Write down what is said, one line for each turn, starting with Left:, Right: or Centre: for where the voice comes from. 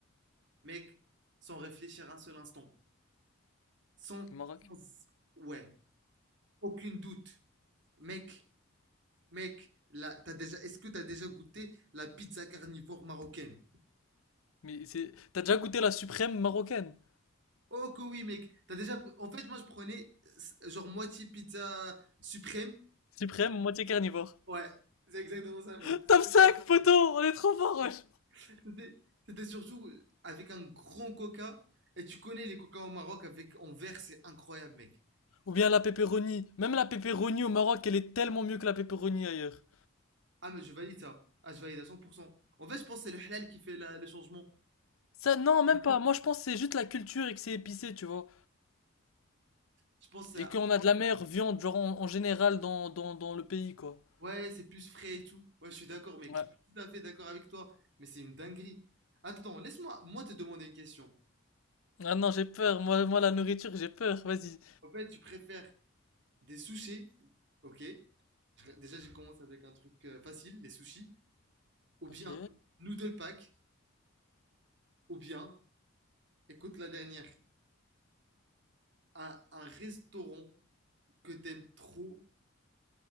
Right: Mec, sans réfléchir un seul instant. Sans,
Left: Maroc.
Right: sans- ouais, aucune doute. Mec, mec, là, t'as déjà, est-ce que t'as déjà goûté la pizza carnivore marocaine?
Left: Mais c'est. T'as déjà goûté la suprême marocaine?
Right: Oh que oui mec, t'as déjà pr- en fait moi je prenais euh, genre moitié pizza suprême.
Left: Suprême, moitié carnivore.
Right: Ouais, c'est exactement ça mec.
Left: <laughs> Top 5, poteau! On est trop fort, wesh!
Right: C'était c'était surtout avec un grand coca et tu connais les coca au Maroc avec en verre, c'est incroyable mec.
Left: Ou bien la pepperoni. Même la pepperoni au Maroc, elle est tellement mieux que la pepperoni ailleurs.
Right: Ah mais je valide ça. Ah je valide à cent pour cent En fait, je pense que c'est le halal qui fait la- le changement.
Left: Ça, non, même pas. Moi, je pense que c'est juste la culture et que c'est épicé, tu vois.
Right: Je pense que
Left: Et
Right: c'est-
Left: qu'on a de la meilleure viande, genre, en, en général, dans, dans, dans le pays, quoi.
Right: ouais, c'est plus frais et tout. Ouais, je suis d'accord mec,
Left: Ouais.
Right: je suis tout à fait d'accord avec toi, mais c'est une dinguerie. Attends, laisse-moi moi te demander une question.
Left: Ah non, j'ai peur. Moi, moi, la nourriture, j'ai peur. Vas-y.
Right: En fait, tu préfères des sushis, OK? Déjà, je commence avec un truc euh, facile, les sushis. Ou
Left: Ok.
Right: bien noodle pack, ou bien, écoute la dernière, un, un restaurant que t'aimes trop,